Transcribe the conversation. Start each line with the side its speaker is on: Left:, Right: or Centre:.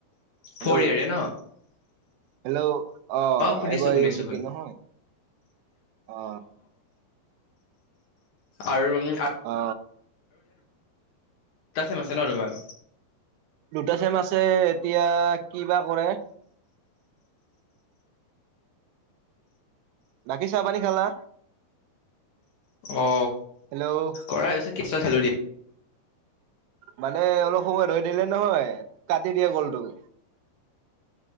Right: হেল্ল'
Left: ফ'ৰ ইয়েৰে ন?
Right: হেল্ল' অ
Left: শুনিছো
Right: এবাই
Left: শুনিছো
Right: জিকি
Left: শুনি
Right: নহয় অ।
Left: আৰু উম।
Right: অ।
Left: দুটা চেম আছে ন তোমাৰ।
Right: দুটা চেম আছে এতিয়া কি বা কৰে। বাকী চাহ পানী খালা।
Left: অ
Right: হেল্ল'
Left: কৰা হৈছে কেছা চালু দি।।
Right: মানে অলপ সময় ধৰি দিলে নহয় কাটি দিয়ে গলটো ।